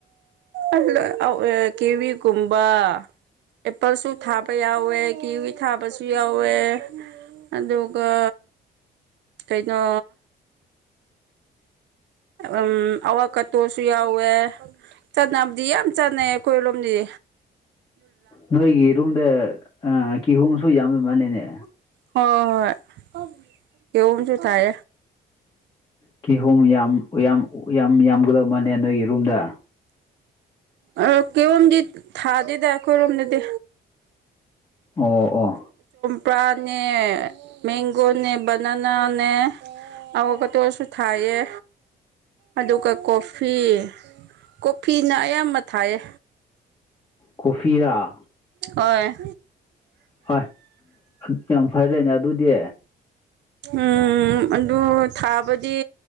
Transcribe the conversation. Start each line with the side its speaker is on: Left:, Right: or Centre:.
Right: ꯑꯜꯂ ꯀꯤꯕꯤ ꯀꯨꯝꯕꯥ ꯑꯦꯄꯜꯁꯨ ꯊꯥꯕ ꯌꯥꯎꯋꯦ ꯀꯤꯋꯤ ꯊꯥꯕꯁꯨ ꯌꯥꯎꯋꯦ ꯑꯗꯨꯒ ꯀꯩꯅꯣ ꯎꯝ ꯑꯋꯥ ꯀꯇꯣꯁꯨ ꯌꯥꯎꯋꯦ ꯆꯠꯅꯕꯗꯤ ꯌꯥꯝ ꯆꯠꯅꯩ ꯀꯣꯏꯔꯣꯝꯅꯤꯗꯤ
Left: ꯅꯣꯏꯒꯤ ꯔꯨꯝꯗ ꯀꯤꯍꯣꯝꯁꯨ ꯌꯥꯝꯃꯜꯂꯦꯅꯦ
Right: ꯍꯣꯏ ꯍꯣꯏ ꯀꯍꯁꯨ ꯊꯥꯏ
Left: ꯀꯤꯍꯣꯝ ꯌꯥꯝ ꯌꯥꯝ ꯌꯥꯝ ꯌꯥꯝꯒꯗꯕ ꯃꯥꯜꯂꯦ ꯅꯣꯏꯒꯤ ꯔꯨꯝꯗ
Right: ꯑꯣ ꯀꯣꯝꯖꯤ ꯊꯥꯗꯗꯈꯔꯣꯝꯅꯗꯤ
Left: ꯑꯣ ꯑꯣ
Right: ꯆꯄ꯭ꯔꯥꯅꯦ ꯃꯦꯡꯒꯣꯅꯦ ꯕꯅꯅꯥꯅꯦ ꯑꯋꯒꯇꯣꯛꯑꯁꯨ ꯊꯥꯏꯑ ꯑꯗꯨꯒ ꯀꯣꯐꯤ ꯀꯣꯐꯤꯅ ꯑꯌꯥꯝꯕ ꯊꯥꯏꯌꯦ
Left: ꯀꯐꯌꯥꯥ
Right: ꯍꯣꯏ
Left: ꯍꯣꯏ ꯑꯗꯨ ꯌꯥꯝ ꯐꯔꯦꯅꯦ ꯑꯗꯨꯗꯤ
Right: ꯎꯝ ꯑꯗꯨ ꯊꯥꯕꯗꯤ